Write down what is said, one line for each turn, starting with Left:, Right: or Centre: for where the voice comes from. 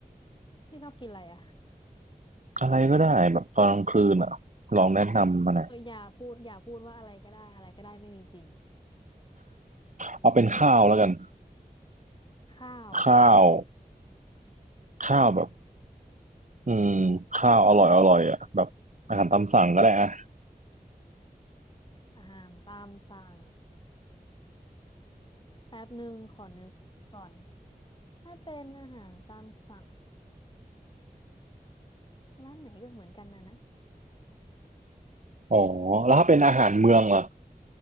Left: พี่ชอบกินอะไรอ่ะ
Right: อะไรก็ได้แบบตอนกลางคืนอ่ะลองแนะนำมาหน่อย
Left: เอออย่าพูดอย่าพูดว่าอะไรก็ได้อะไรก็ได้ไม่มีจริง
Right: เอาเป็นข้าวแล้วกัน
Left: ข้าวเหรอ
Right: ข้าวข้าวแบบอืมข้าวอร่อยอร่อยอ่ะแบบอาหารตามสั่งก็ได้อ่ะ
Left: อาหารตามสั่งแป๊บหนึ่งขอนึกก่อนถ้าเป็นอาหารตามสั่งร้านไหนก็เหมือนกันนะนะ
Right: อ๋อแล้วถ้าเป็นอาหารเมืองล่ะ